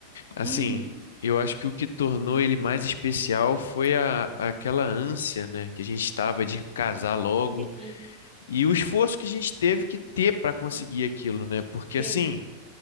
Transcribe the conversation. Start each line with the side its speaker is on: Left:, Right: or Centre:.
Left: Assim,
Right: Uhum.
Left: eu acho que o que tornou ele mais especial foi a, aquela ânsia, né, que a gente estava de casar logo
Right: Sim,
Left: e o esforço que a gente teve que ter para conseguir aquilo, né? Porque assim.
Right: sim,